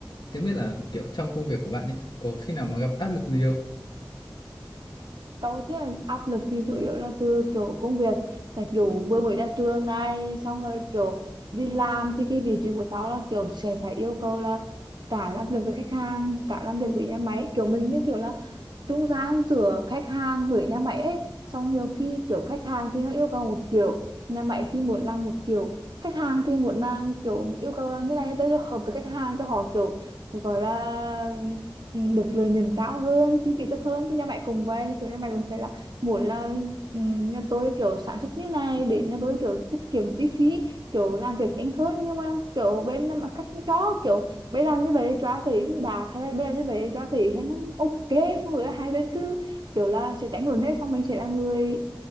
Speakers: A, on the left (about 70°); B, on the right (about 65°).
A: thì không biết là kiểu trong công việc của bạn ấy có khi nào mà gặp áp lực gì không?
B: Tao thấy là áp lực thì chủ yếu là từ kiểu công việc tại kiểu vừa mới ra trường này xong rồi kiểu đi làm thì cái vị trí của tao là kiểu sẽ phải yêu cầu là cả làm việc với khách hàng cả làm việc với nhà máy kiểu mình như kiểu là trung gian giữa khách hàng với nhà máy ấy xong nhiều khi kiểu khách hàng thì nó yêu cầu một kiểu nhà máy thì muốn làm một kiểu khách hàng thì muốn làm kiểu yêu cầu là như này tới cho hợp với khách hàng cho họ kiểu gọi là được lợi nhuận cao hơn chi phí thấp hơn thì nhà máy cũng vậy kiểu nhà máy cũng sẽ là muốn là ừm, nhà tôi kiểu sản xuất như này để nhà tôi kiểu tiết kiệm chi phí kiểu làm việc nhanh hơn nhưng mà kiểu bên nhà máy khách không cho kiểu mấy lần như vậy cho thì cũng đạt thế là mấy lần như vậy cho thì thấy nó ok xong rồi hai bên cứ kiểu là sẽ tránh luận hết xong mình sẽ là người